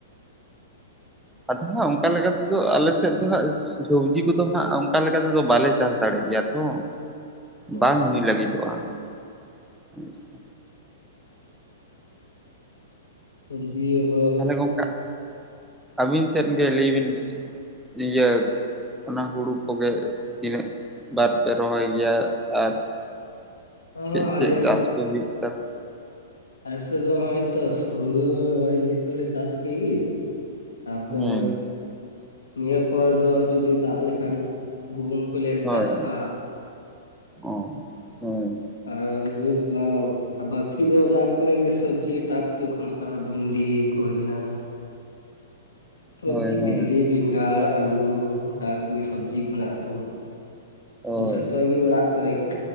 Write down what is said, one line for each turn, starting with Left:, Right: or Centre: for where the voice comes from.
Centre: ᱟᱫᱚ ᱦᱟᱸᱜ ᱚᱝᱠᱟ ᱞᱮᱠᱟᱛᱮᱫᱚ ᱟᱞᱮ ᱥᱮᱫ ᱫᱚ ᱦᱟᱸᱜ ᱥᱚᱵᱽᱡᱤ ᱠᱚᱫᱚ ᱦᱟᱸᱜ ᱚᱝᱠᱟ ᱞᱮᱠᱟᱛᱮᱫᱚ ᱵᱟᱞᱮ ᱪᱟᱥ ᱫᱟᱲᱮᱜ ᱜᱮᱭᱟ ᱛᱚ᱾
Left: ᱦᱳᱭ
Centre: ᱵᱟᱝ ᱦᱩᱭ ᱞᱟᱹᱜᱤᱫᱚᱜᱼᱟ, ᱟᱪᱪᱷᱟ᱾
Left: ᱥᱚᱵᱽᱡᱤ <unintelligible>
Centre: ᱛᱟᱦᱚᱞᱮ ᱜᱚᱝᱠᱮ ᱟᱹᱵᱤᱱ ᱥᱮᱫ ᱜᱮ ᱞᱟᱹᱭᱵᱮᱱ ᱠᱟᱹᱴᱤᱡ ᱤᱭᱟᱹ ᱚᱱᱟ ᱦᱩᱲᱩ ᱠᱚᱜᱮ ᱛᱤᱱᱟᱹᱜ ᱵᱟᱨ ᱯᱮ ᱨᱚᱦᱚᱭ ᱜᱮᱭᱟ ᱟᱨ
Left: ᱦᱚᱸ
Centre: ᱪᱮᱫ
Left: ᱟᱞᱮ
Centre: ᱪᱮᱫ ᱪᱟᱥ ᱠᱚ ᱦᱩᱭᱩᱜ <unintelligible>
Left: ᱟᱞᱮᱥᱮᱫ ᱫᱚ ᱱᱚᱜ-ᱚᱭ ᱛᱚ ᱦᱩᱲᱩ ᱱᱚᱜ-ᱚᱭ ᱱᱤᱛᱚᱜ ᱞᱮ ᱪᱟᱥ ᱠᱮᱫᱜᱮ ᱛᱟᱨᱯᱚᱨ
Centre: ᱦᱮᱸ
Left: ᱱᱤᱭᱟᱹ ᱯᱚᱨ ᱫᱚ ᱡᱩᱫᱤ ᱫᱟᱜ ᱞᱮᱠᱷᱟᱱ ᱜᱩᱦᱩᱢ ᱠᱚᱞᱮ
Centre: ᱦᱳᱭ
Left: ᱪᱟᱥ ᱠᱟᱜ-ᱟ
Centre: ᱚ, ᱦᱳᱭ᱾
Left: ᱟᱨ ᱜᱟᱹᱭ ᱠᱚ ᱵᱟᱠᱤ ᱫᱚ ᱚᱲᱟᱜ ᱠᱚᱨᱮᱜᱮ ᱥᱚᱵᱽᱡᱤ ᱴᱟᱠ-ᱴᱩᱠ ᱱᱚᱝᱠᱟ ᱵᱷᱤᱱᱰᱤ ᱠᱚ ᱦᱩᱭᱱᱟ ᱥᱚᱵᱽᱡᱤ
Centre: ᱦᱳᱭ ᱦᱳᱭ
Left: ᱵᱷᱤᱱᱰᱤ, ᱵᱮᱸᱜᱟᱲ, ᱟᱹᱞᱩ ᱡᱟ ᱠᱚ ᱥᱚᱵᱽᱡᱤ ᱢᱮᱱᱟᱜ ᱛᱟᱵᱚᱱ
Centre: ᱦᱳᱭ
Left: ᱡᱚᱛᱚ ᱜᱮ ᱚᱲᱟᱜ ᱠᱚᱨᱮ ᱜᱮ